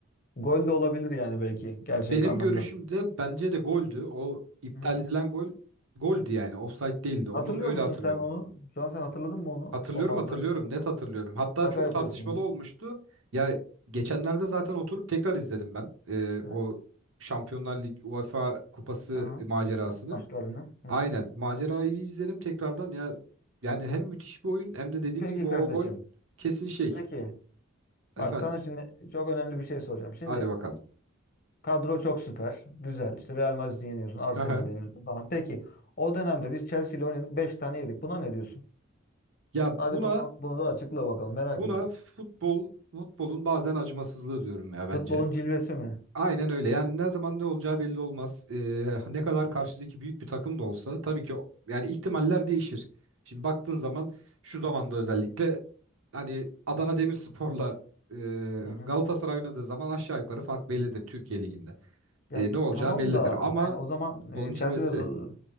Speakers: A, on the left (about 45°); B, on the right (about 65°).
A: gol de olabilir yani belki gerçek
B: benim
A: anlamda.
B: görüşümde bence de goldü. O iptal
A: Hı hı.
B: edilen gol goldü yani. Offside değildi.
A: Hatırlıyor
B: Onu öyle
A: musun
B: hatırlıyorum.
A: sen onu? Şu an sen hatırladın mı onu?
B: Hatırlıyorum
A: O manzarayı.
B: hatırlıyorum net hatırlıyorum. Hatta
A: Şaka
B: çok
A: yapıyorsun
B: tartışmalı
A: ya.
B: olmuştu. Ya geçenlerde zaten oturup tekrar izledim ben e,
A: Evet.
B: o Şampiyonlar Ligi UEFA Kupası
A: Hı hı.
B: macerasını.
A: Maçlarını. Hı
B: Aynen
A: hı.
B: macerayı bir izledim tekrardan ya yani hem müthiş bir oyun hem de dediğimiz
A: Peki
B: gibi
A: kardeşim.
B: o gol kesin şey.
A: Peki.
B: Efendim
A: Bak sana şimdi çok önemli bir şey soracağım. Şimdi
B: hadi bakalım.
A: Kadro çok süper. Güzel. İşte Real Madrid'i yeniyorsun. Arsenal'ı
B: Aha.
A: yeniyorsun falan. Peki o dönemde biz Chelsea ile oynadık. beş tane yedik. Buna ne diyorsun?
B: Ya
A: Hadi
B: buna
A: bakalım. Bunu da açıkla bakalım. Merak
B: buna
A: ediyorum.
B: futbol futbolun bazen acımasızlığı diyorum ya
A: Futbolun
B: bence.
A: cilvesi mi?
B: Aynen öyle. Yani ne zaman ne olacağı belli olmaz. Ee, ne kadar karşıdaki büyük bir takım da olsa tabii ki o- yani ihtimaller değişir. Şimdi baktığın zaman şu zamanda özellikle hani Adana Demirspor'la e,
A: Hı hı.
B: Galatasaray oynadığı zaman aşağı yukarı fark bellidir Türkiye Ligi'nde.
A: Ya
B: E, ne olacağı
A: tamam
B: bellidir
A: da
B: ama
A: yani o zaman
B: futbolun
A: e, Chelsea'de
B: cilvesi.
A: Zo-